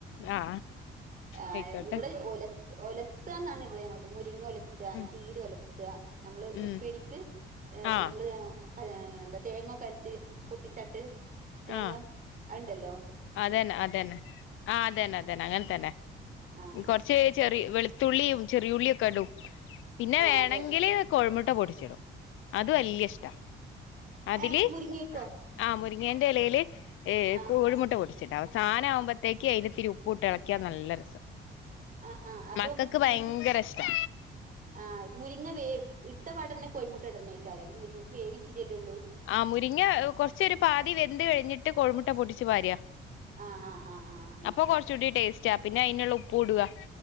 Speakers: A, on the left; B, on the right.
A: ആ
B: ആ
A: ആയിക്കോട്ടെ
B: ഇവിടെ ഒല ഒലത്താന്നാണ് ഇവിടെ ങ്ങൾ മുരിങ്ങെല ത്ത
A: ഉം
B: ചീര ഒലത്ത നമ്മള്
A: ഉം
B: ഉപ്പേരിക്ക് ഏ
A: ആ
B: നമ്മള് <unintelligible> എന്താ തേങ്ങൊക്കെ അരച്ച് പൊട്ടിച്ചാട്ട് തേങ്ങ
A: ആഹ്
B: അഹ് ണ്ടല്ലോ
A: അതന്നെ അതന്നെ ആ അതന്നെ അതന്നെ അങ്ങനെ തന്നെ
B: ആ ആ
A: കൊറച്ച് ചെറി വെളു ത്തുള്ളിയും ചെറിയുള്ളിയൊക്കെ ഇടും പിന്നെ
B: ആ
A: വേണെങ്കിൽ
B: അതെ
A: കോഴിമുട്ട പൊട്ടിച്ചിടും അത് വലിയ ഇഷ്ടാ അതില്
B: ഏ മുരിങ്ങക്കോ
A: അ മു മരിങ്ങേന്റെലയില് ഏ
B: ആ
A: കോഴിമുട്ട പൊടിച്ചിട സാധനം ആകുമ്പോതെക്ക് അതിത്തിരി ഉപ്പ് ഇട്ട് ഇളക്ക്യാ നല്ല രസ
B: ആ ആ അപ്പം
A: മക്കൾക്ക് ഭയങ്കര
B: ഈ
A: ഇഷ്ടാ
B: ആ മുരിങ്ങ വേ ഇട്ടവടന്ന കോയിമുട്ട ഇടനേക്കാെ അല്ലെങ്കിൽ മുരിങ്ങക്ക് വേവിച്ചിരിയല്ലേള്ളൂ
A: ആ മുരിങ്ങ കൊറച്ചൊരു പാതി വെന്ത് കഴിഞ്ഞിട്ട് കൊഴിമുട്ട പൊടിിച്ചു പാര്യാ
B: ആ ആ ആ ആ അങ്ങനെല്ലേ
A: അപ്പൊ കൊറച്ചുകൂടി ടേസ്റ്റ് പിന്നെ അതിനുള്ള ഉപ്പ് ഇടുക